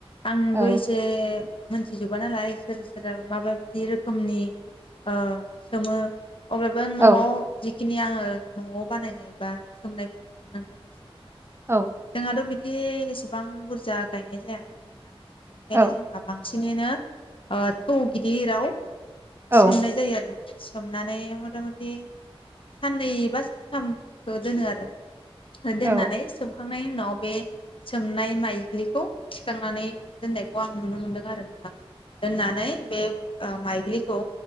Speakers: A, on the left; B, on the right.
A: आंबो
B: औ
A: एसे। मोनथिजोबा नालाय सोर सोरहा माबाबायदि रोखोमनि ओ सोमो। अब्लाबो
B: औ
A: नआ बेखिनि आङो नआव बानायनाय बा सोमनायफोरखौनो नोंथांनो। फोरमायनोसै
B: औ
A: जोंहाथ बि। बि एसेबां बुरजा गायनाय जाया नालाय नोंथां। बेनिखायनो
B: औ
A: जोंहा बां बांसिनैनो थौ गिदिराव।
B: औ
A: सोमनाय जायो आरो। सोमनानै मथा मथि साननै बा सानथामखौ दोनो आरो।
B: औ
A: दोननानै सोम खांनायनि उनाव बे सोमनाय माइग्लिखौ थिखांनानै दोननायखौ आं नुनो मोनदों आरो नोंथां दोननानै बे माइग्लिखौ